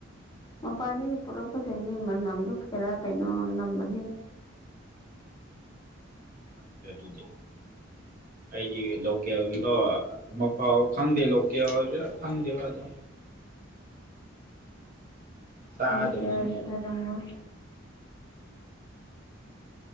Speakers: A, on the left (about 20°); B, on the right (about 45°).
A: ꯃꯄꯥꯟꯗꯒꯤꯛ ꯀꯆꯁꯤꯡꯗꯤ ꯅꯝꯊꯣꯛꯀꯦꯔꯥ ꯀꯩꯅꯣ ꯅꯝꯕꯗꯤ
B: ꯈꯥꯡꯗ꯭ꯔ ꯇꯨꯗꯦ ꯑꯩꯒꯤ ꯂꯣꯀꯦꯜꯗꯣ ꯃꯥꯎ ꯈꯪꯗꯦ ꯂꯣꯀꯦꯜꯔ ꯈꯪꯗꯦꯕ ꯑꯗꯣ ꯁꯥꯗꯕꯤ
A: ꯂꯣꯀꯦꯜꯒꯤ ꯑꯣꯏꯔꯝꯃꯣꯏ